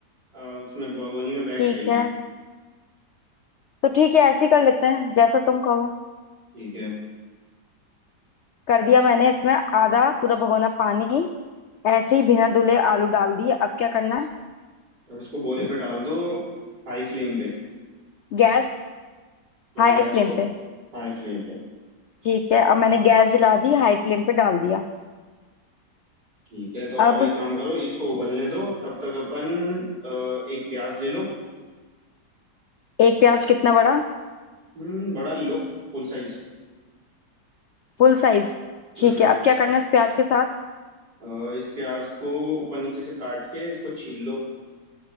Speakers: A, on the right (about 80°); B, on the left (about 75°).
A: अ, उसमें भगोनी में बैठ
B: ठीक
A: जाएगी
B: है तो ठीक है ऐसे ही कर लेते हैं जैसा तुम कहो
A: ठीक है
B: कर दिया मैंने इसमें आधा पूरा भगोना पानी ऐसे ही बिना धुले आलू डाल दिए अब क्या करना है
A: अब इसको बॉईल पे डाल दो हाई फ्लेम पे
B: गैस
A: हाँ
B: हाई
A: गैस
B: फ्लेम
A: को
B: पे
A: हाई फ्लेम पे
B: ठीक है अब मैंने गैस जला दी हाई फ्लेम पे डाल दिया
A: ठीक है तो
B: अब
A: अब एक काम करो इसको उबलने दो तब तक अपन अ, एक प्याज ले लो
B: एक प्याज कितना बड़ा
A: हम्म बड़ा ले लो फुल साइज
B: फुल साइज
A: हम्म
B: ठीक है अब क्या करना है इस प्याज के साथ
A: अ, इस प्याज को ऊपर नीचे से काट के इसको छील लो